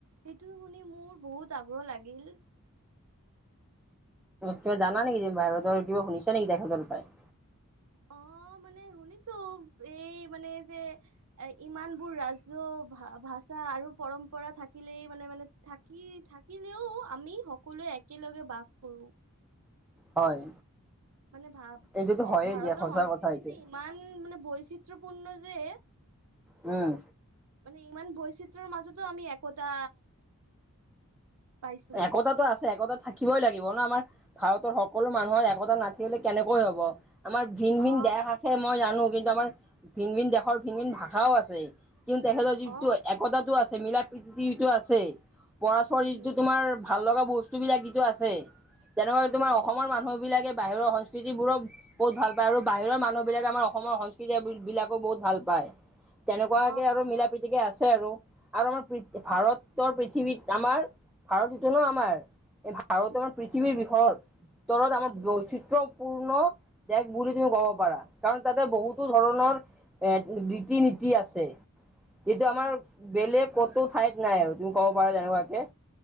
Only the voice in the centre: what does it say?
কিবা জানা নেকি ভাৰতৰ? কিবা শুনিছা নেকি তেখেতৰ পাই?
হয়।
এইটোতো হয়ে
দিয়া সঁচা
কথা এইটো
উম।
একতাতো আছে একতা থা কিবই লাগিব ন আমাৰ ভাৰতৰ সকলো মানুহৰ একতা নাথাকিলে কেনেকৈ হ'ব আমাৰ ভিন
ভিন দেশ আছে মই জানো কিন্তু আমাৰ ভিন ভিন দেশৰ ভিন ভিন ভাষাও আছে কিন্তু তেখেতৰ যিটো
একতাটো আছে মিলা প্ৰীতি যিটো আছে পৰস্পৰৰ
যিটো তোমাৰ ভাল লগা বস্তু বিলাক ইটো আছে তেনেকুৱা তোমাৰ
অসমৰ মানুহ বিলাকে বাহিৰৰ সং স্কৃতি বোৰো বহুত ভাল পায় আৰু বাহিৰৰ মানুহ বিলাকে আমাৰ অসমৰ সংস্কৃতি বিলাকেও বহুত ভাল পায়। তেনেকুৱাকে
আৰু মিলা প্ৰীতিকে আছে আৰু আৰু আমাৰ
ভাৰতৰ পৃথিৱীত আমাৰ ভাৰতটো ন আমাৰ এই ভাৰত
আমাৰ পৃথিৱীৰ বিষৰ উত্তৰত আমাৰ
বৈচি এ পূৰ্ণ দেশ বুলি তুমি ক'ব পাৰা। কাৰণ তাতে বহুতো ধৰণৰ এক ৰীতি নীতি আছে। এইটো আমাৰ
বেলেগ কতো ঠাইত নাই আৰু তুমি ক'ব পাৰা যেনেকুৱাকে